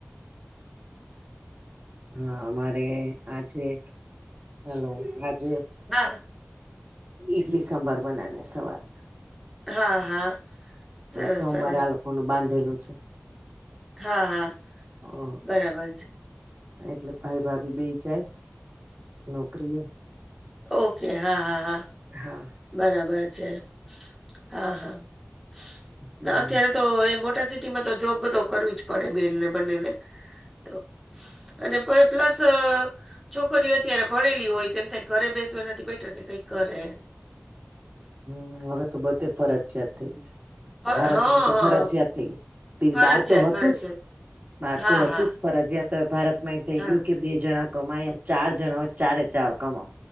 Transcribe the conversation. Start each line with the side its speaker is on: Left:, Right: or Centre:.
Right: હા અમારે આજે હલો આજે
Centre: <inaudible>
Right: ઇડલી સાંભર બનાવ્યા સવારે.
Centre: હા હા. સરસ
Right: સોમવારે
Centre: સરસ
Right: આ લોકો નું બાંધેલું છે
Centre: હા હા.
Right: હા.
Centre: બરાબર છે
Right: એટલે ભાઈ ભાભી બે જાય નોકરી એ.
Centre: ઓકે હા હા હા.
Right: હા.
Centre: બરાબર છે હા હા
Right: હમ
Centre: <unintelligible> તો એ મોટા સિટીમાં તો જોબ બધો કરવી જ પડે બેનને બંનેને. તો અને પ પ્લસ છોકરીઓ અત્યારે ભણેલી હોય તો એમ થાય ઘરે બેસવા એ નથી બેટર કે કઈક કરે.
Right: હમ હવે તો બધે ફરજિયાત થઈ ગય છે.
Centre: હ-
Right: ભારતમાં
Centre: હા
Right: તો
Centre: હા
Right: ફરજયાત થઈ ગ બી
Centre: ફરજિયાત
Right: બાર તો હતું
Centre: ફરજિયાત
Right: જ બહાર
Centre: હા
Right: તો હતું
Centre: હા
Right: જ ફરજિયા તો ભારત માં એ થઈ
Centre: હા
Right: ગયું કે બે જણા કમા ચાર જણા ચારે ચાર કમા.